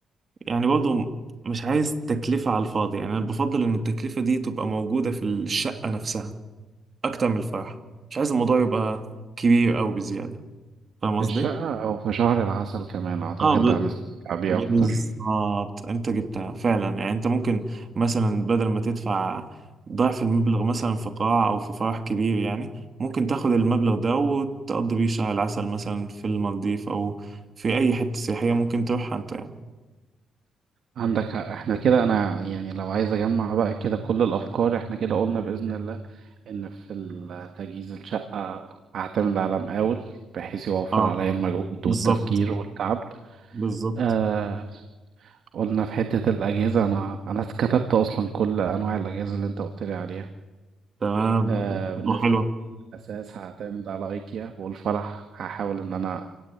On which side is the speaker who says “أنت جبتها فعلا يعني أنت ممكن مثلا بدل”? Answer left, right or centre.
Right